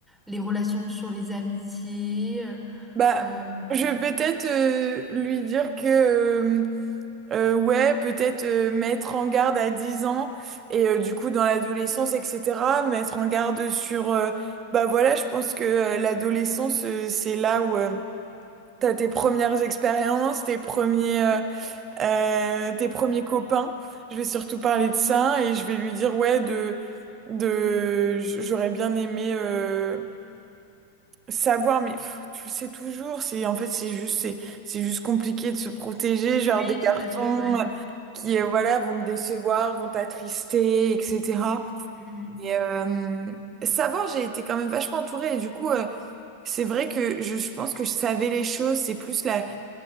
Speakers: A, in the centre; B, on the right (about 30°).
A: les relations sur les amitiés. euh,
B: Bah,
A: euh,
B: je vais peut-être euh, lui dire que, euh, euh, ouais, peut-être euh, mettre en garde à 10 ans et euh, du coup dans l'adolescence, etc., mettre en garde sur, euh, bah voilà, je pense que euh, l'adolescence, euh, c'est là où... euh, T'as tes premières expériences, tes premiers, euh, euh, tes premiers copains. Je vais surtout parler de ça et je vais lui dire ouais de de j'aurais bien aimé euh, savoir mais pff, tu le sais toujours c'est en fait c'est juste c'est c'est juste compliqué de se protéger genre
A: oui,
B: des
A: tout
B: garçons
A: à fait, ouais.
B: euh, qui
A: Mm,
B: euh, voilà vont me décevoir vont t'attrister etc.
A: mm,
B: Et euh, savoir j'ai été quand même vachement entourée et du coup euh, c'est vrai que je, je pense que je savais les choses c'est plus la
A: mm,